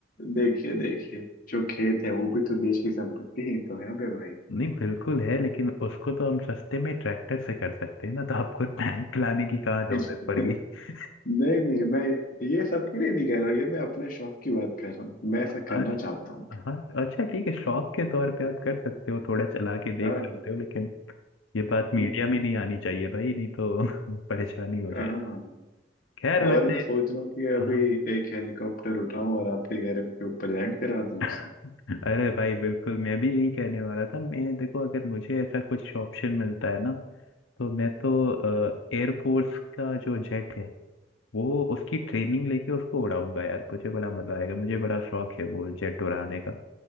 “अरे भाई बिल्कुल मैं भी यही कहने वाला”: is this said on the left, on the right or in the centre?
Left